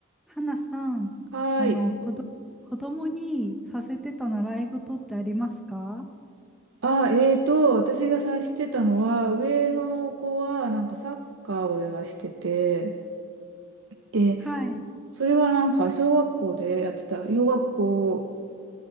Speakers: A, in the centre; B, on the right (about 75°).
A: 花さん、
B: はい。
A: あの、子ど、子供にさせてた習い事ってありますか
B: あ、えーと、私が察してたのは、上の子はなんかサッカーをやらしてて、で、
A: はい。
B: それはなんか小学校でやってた、小学校